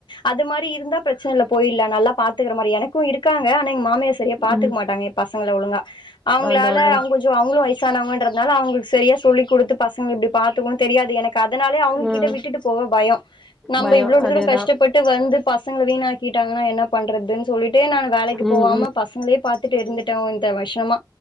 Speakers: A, on the left (about 80°); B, in the centre.
A: அது மாரி இருந்தா பிரச்சன இல்ல போயிர்லா நல்லா பாத்துக்கற மாரி எனக்கு இருக்காங்க ஆனா எங்க மாமியா சரியா பாத்துக்க
B: ம்
A: மாட்டாங்க பசங்கள ஒழுங்கா அவுங்ளால
B: அதா அதா
A: அவுங்களு கொஞ்சோ அவுங்ளு வயசானவங்கன்றதுனால அவுங்ளுக்கு சரியா சொல்லி குடுத்து பசங்க இப்டி பாத்துக்கணுனு தெரியாது என க்கு அதனாலயே அவுங்ககிட்ட
B: ம்
A: விட்டுட்டு போக பயோ நம்ம
B: பயோ
A: இவ்ளுடு
B: அதேதா
A: தூரொ கஷ்டப்ப ட்டு வந்து பசங்கள வீணாக்கிட்டாங்கன்னா என்ன பண்றதுன்னு சொல்ட்டு நா வேலைக்கு
B: ம்
A: போவாம
B: ம்
A: பசங்களே பாத்துட்டு இருந்துட்டோ இந்த வருஷமா